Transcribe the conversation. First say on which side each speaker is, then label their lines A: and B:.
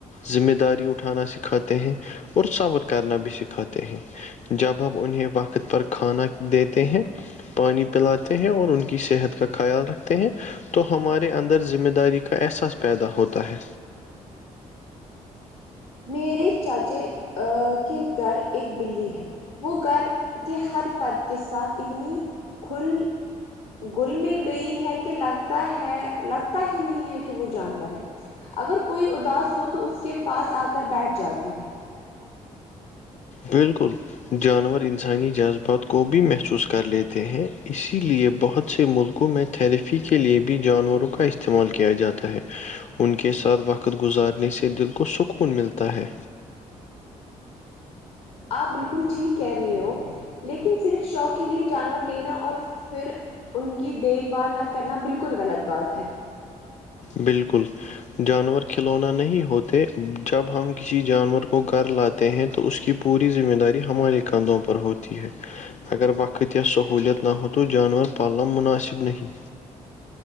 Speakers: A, on the left; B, on the left.
A: ذمہ داری اٹھانا سکھاتے ہیں اور سور کرنا بھی سکھاتے ہیں جب ہمب انہیں وقت پر کھانا دیتے ہیں پانی پلاتے ہیں اور ان کی صحت کا خیال رکھتے ہیں تو ہمارے اندر ذمہ داری کا احساس پیدا ہوتا ہے
B: میرے چاچے کے گھر ایکک بلی ہیں وہ گھر کے ہر فرد کے ساتھ اتنی کھل گل مل گئی ہے کہ لگتا ہے لگتا ہی نہیں ہے کہ وہ جانور ہے اگر کوئی اداس ہو تو اس کے پاس آ کر بیٹھ جاتی ہے
A: بالکل جانور انسانی جذبات کو بھی محسوس کر لیتے ہیں اسی لیے بہت سے ملکوں میں تھراپی کے لئے بھی جانوروں کا استعمال کیا جاتا ہے ان کے ساتھ وقت وقت گزارنے سے دل کو سکون ملتا ہے
B: آپ بالکل ٹھیک کہہ رہے ہو لیکن صرف شوق کے لیے جانور لینا اور پھر ان کی دیکھ بھال نہ کرنا بالکل غلط بات ہے
A: بالکل جانور کھلونا نہیں ہوتے جب ہم کسی جانور کو گھر لاتے ہیں تو اس کی پوری ذمہ داری ہمارے کندھوں پر ہوتی ہے اگر وقت سہولیت نہ ہو تو جانور پالن مناسب نہیں